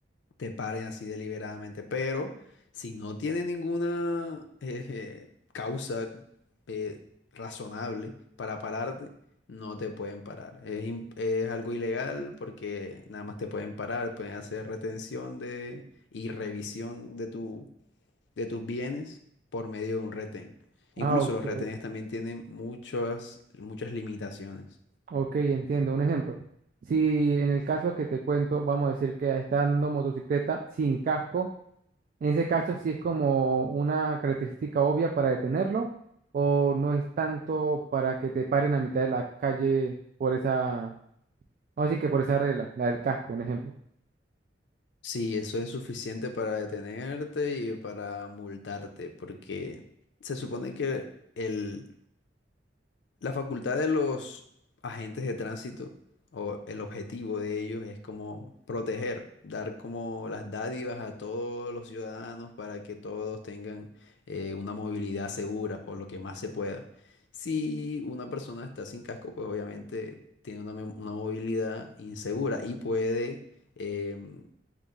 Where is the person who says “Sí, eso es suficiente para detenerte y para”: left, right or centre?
Left